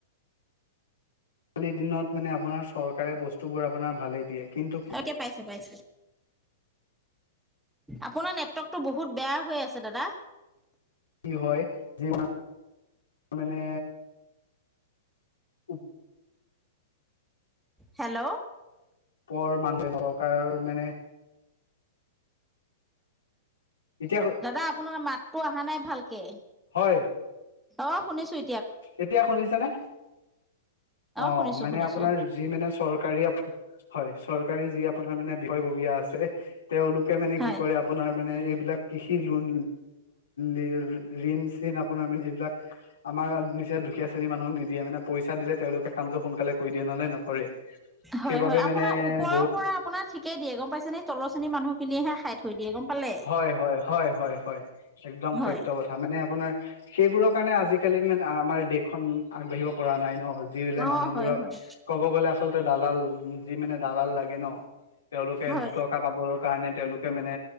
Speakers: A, on the left (about 85°); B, in the centre.
A: আ, কালিৰ দিনত মানে আপোনাৰ চৰকাৰে বস্তুবোৰ আপোনাৰ ভালে দিয়, কিন্তু
B: অ, এতিয়া পাইছে, পাইছে। আপোনাৰ নেটৱৰ্কতটো বহুত বেয়া হৈ আছে, দাদা।
A: কি হয়, যি ম, মানে <inaudible>
B: হেল্ল,
A: পৰ, মানুহে নকাৰ মানে এতিয়া
B: দাদা আপোনাৰ মাতটো অহা নাই, ভালকে।
A: হয়।
B: অ, শুনিছো এ
A: এতিয়া শুনিছে নে? অ,
B: শুনিছো
A: মানে
B: শুনিছো
A: আপোনাৰ যি মানে চৰকাৰী হয়, চৰকাৰী যি আপোনাৰ মানে বিষয়ববীয়া আছে তেওঁলোকে মানে
B: হয়
A: কি কৰে, আপোনাৰ মানে, এইবিলাক কৃষি লোন, <inaudible> ঋণ-চিণ আপোনাৰ মানে এইবিলাক। আমাক নিজে দুখীয়া শ্ৰেণী মানুহক নিদিয়ে মানে পইচা দিলে তেওঁলোকে কামতটো সোনকালে কৰি দিয়ে, নহ'লে নকৰে।
B: হয়,
A: সেইবাবে
B: হয়,
A: মানে
B: আপোনাৰ ওপৰৰ
A: বহুত
B: পৰা আপোন ঠিকেই গম পাইছে নে তলৰ শ্ৰেণীৰ মানুহখিনিয়ে খাই থৈয় দিয়ে গম পালে
A: হয়, হয়, হয়, হয়, হয়, একদম
B: হয়
A: সত্য কথা। আ, মানে আপোনাৰ সেইবোৰৰ কাৰণে আজিকালি দিনত মানে আমাৰ দেশখন আগবাঢ়িব পৰা নাই ন, দিলে
B: অ
A: মানুহবোৰক
B: হয় হয়
A: ক'ব গ'লে, আ তে, দালাল যি মানে দালাল লাগে ন, তেওঁলোকে
B: হয়
A: দুটকা পাব কাৰণে তেওঁলোকে মানে